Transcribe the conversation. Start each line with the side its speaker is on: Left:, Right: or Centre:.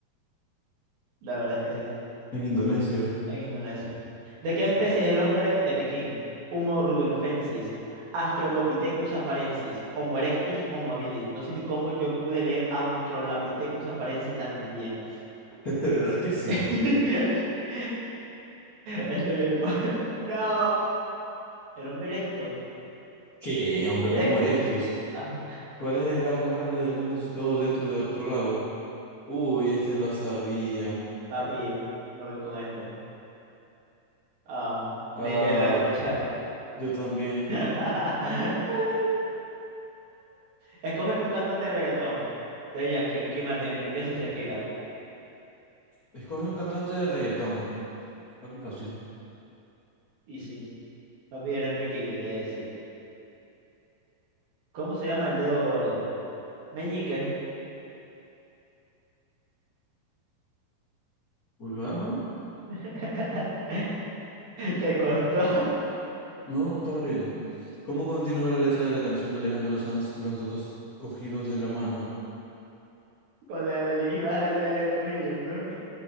Right: la verdad es que sí,
Left: En Indonesia.
Right: en Indonesia. ¿De qué especie es el hombre de Pekín? Homo rudolfensis, Australopithecus afarensis, Homo erectus, Homo habilis. No sé ni cómo yo pude leer Australopithecus afarensis tan bien.
Left: <laughs> De verdad que sí.
Right: <laughs> Este mismo. No. El hombre erecto.
Left: ¿Qué, hombre?
Right: Erectus.
Left: Homo erectus.
Right: Ah,
Left: ¿Cuál es el lago más grande del mundo situado dentro de otro lago? Uy, este lo sabía.
Right: papi, me voy con este. Ah, Lidia
Left: Ah,
Right: del Lago Chat.
Left: yo también.
Right: <laughs> Escoge un cantante de reggaetón. De Yankee, Ricky Martin, Enrique Iglesias, Shakira.
Left: Escoge un cantante de reggaetón. Papi, fácil.
Right: Y sí, papi era Enrique Iglesias. ¿Cómo se llama el dedo gordo? Meñique.
Left: Vulgar, ¿no?
Right: <laughs> Te costó
Left: No, no estaba leyendo. ¿Cómo continúa la letra de la canción de Alejandro Sanz, Los dos cogidos de la mano?
Right: cuando le ibas a leer cogido yo. ¿qué?